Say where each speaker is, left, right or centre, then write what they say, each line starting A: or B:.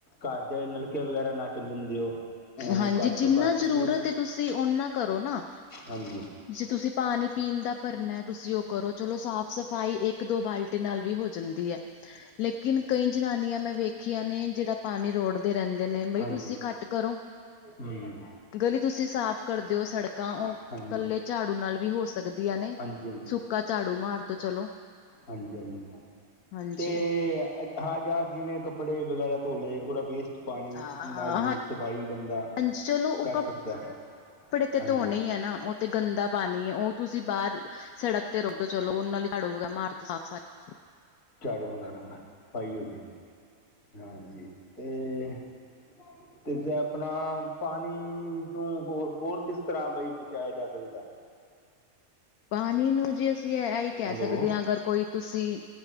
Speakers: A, on the left; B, on the left.
A: ਘਰ ਦੇ ਨਲਕੇ ਵਗੈਰਾ ਨਾ ਚੱਲਣ ਦਿਓ ਇਹਨਾਂ ਨੂੰ
B: ਹਾਂਜੀ,
A: ਘੱਟ
B: ਜਿੰਨਾ
A: ਤੋਂ ਘੱਟ
B: ਜ਼ਰੂਰਤ
A: ਜੂ
B: ਹੈ ਤੁਸੀਂ ਓਨਾ ਕਰੋ ਨਾ
A: ਹਾਂਜੀ
B: ਜੇ ਤੁਸੀਂ ਪਾਣੀ ਪੀਣ ਦਾ ਭਰਨਾ ਹੈ ਤੁਸੀਂ ਉਹ ਕਰੋ ਚਲੋ ਸਾਫ਼ ਸਫ਼ਾਈ ਇੱਕ ਦੋ ਬਾਲਟੀ ਨਾਲ ਵੀ ਹੋ ਜਾਂਦੀ ਹੈ
A: <inaudible>
B: ਲੇਕਿਨ ਕਈ ਜਨਾਨੀਆਂ ਮੈਂ ਵੇਖੀਆਂ ਨੇ, ਜਿਹੜਾ ਪਾਣੀ ਰੋੜਦੇ ਰਹਿੰਦੇ ਨੇ ਬਈ
A: ਹਾਂਜੀ
B: ਤੁਸੀਂ ਘੱਟ ਕਰੋ,
A: ਹਮ ਹਾਂਜੀ
B: ਗਲੀ ਤੁਸੀਂ ਸਾਫ ਕਰਦੇ ਹੋ ਸੜਕਾਂ
A: ਹਾਂਜੀ
B: ਉਹ ਕੱਲੇ ਝਾੜੂ ਨਾਲ ਵੀ ਹੋ ਸਕਦੀਆਂ ਨੇ,
A: ਹਾਂਜੀ
B: ਸੁੱਕਾ ਝਾੜੂ ਮਾਰਦੋ ਚਲੋ
A: ਹਾਂਜੀ -ਹਾਂਜੀ
B: ਹਾਂਜੀ
A: ਤੇ ਹਾਂ ਯ ਜਿਵੇਂ ਕੱਪੜੇ ਵਗੈਰਾ ਧੋ ਲਏ, ਉਹਦਾ ਵੇਸਟ ਪਾਣੀ
B: ਹਾਂ
A: ਨਾਲ ਵੀ ਸਫਾਈ ਬੰਦਾ
B: ਹਾਂਜੀ, ਚਲੋ ਉਹ
A: ਕਰ
B: ਕ
A: ਸਕਦਾ
B: ਕੱਪੜੇ
A: ਹੈ
B: ਤੇ
A: ਹਾਂਜੀ
B: ਧੋਣੇ ਹੀ ਆ ਨਾ ਤੇ ਗੰਦਾ ਪਾਣੀ ਹੈ ਉਹ ਤੁਸੀਂ ਬਾਹਰ ਸੜਕ ਤੇ ਰੁਲੋ ਚਲੋ ਉਹਨਾਂ ਹੀ ੜੋਗਾ ਮਾਰ ਤੋਂ ਸਾਫ਼ ਸਫ਼ਾਈ
A: ਚਾੜੂ ਮੰਗਵਾ ਲਗਾ ਸਫਾਈ ਹੋ ਜਾਵੇਗੀ ਹਾਂਜੀ ਤੇ <inaudible> ਤੇ ਜੇ ਆਪਣਾ ਪਾਣੀ ਤੋਂ ਹੋਰ ਹੋਰ ਕਿਸ ਤਰ੍ਹਾਂ ਬਈ ਬਚਾਇਆ ਜਾ ਸਕਦਾ?
B: ਪਾਣੀ ਨੂੰ ਜੇ ਅਸੀਂ ਇਹਹੀ ਕਹਿ
A: ਹੈਲੋ
B: ਸਕਦੇ ਹਾਂ ਅਗਰ ਕੋਈ ਤੁਸੀਂ,